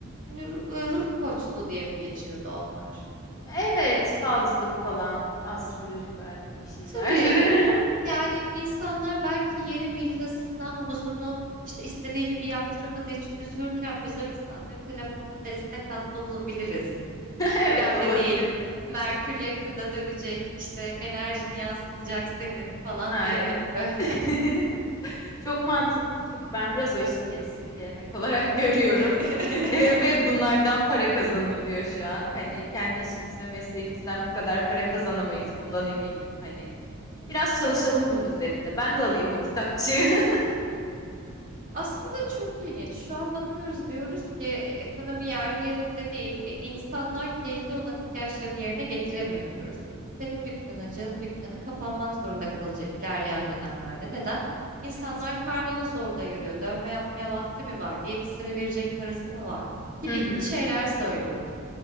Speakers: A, on the right; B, on the left.
A: nü- e, ruh koçluğu diye mi geçiyordu onlar?
B: Evet falcılık falan, astroloji belki bir şeyler.
A: Tabii
B: <laughs>
A: yani insanlar belki yeni villasına havuzunu işte istediği gibi yaptıramadığı için üzülürken biz o insanlara telefonda destek hattı olabiliriz.
B: Evet
A: Önemli
B: olabiliriz.
A: değil. Merkür yakında dönecek, işte enerjini yansıtacak senin falan
B: Aynen.
A: diyerek böyle.
B: <laughs> Çok mantıklı çünkü ben biraz o işi keri silkelemek olarak <laughs> görüyorum.
A: <laughs>
B: E, ve bunlardan para kazanılıyor şu an. Hani kendi işimiz ve mesleğimizden bu kadar para kazanamayız bundan eminim. Hani biraz çalışalım bunun üzerinde. Ben de alayım o kitapçığı. <laughs>
A: Aslında çok ilginç. Şu an bakıyoruz diyoruz ki "E, ekonomi yerli yerinde değil. E, insanlar keyfi olan ihtiyaçlarını yerine getiremiyor diyoruz. Senin dükkanın, canın dükkanı kapanmak zorunda kalacak ilerleyen dönemlerde. Neden? İnsanlar
B: Evet.
A: karnını zor doyuruyor. Dövme yapmaya
B: <clears throat>
A: vakti mi var? Diyetisyene verecek parası mı var? Gibi
B: Hı hı.
A: gibi şeyler söylüyoruz.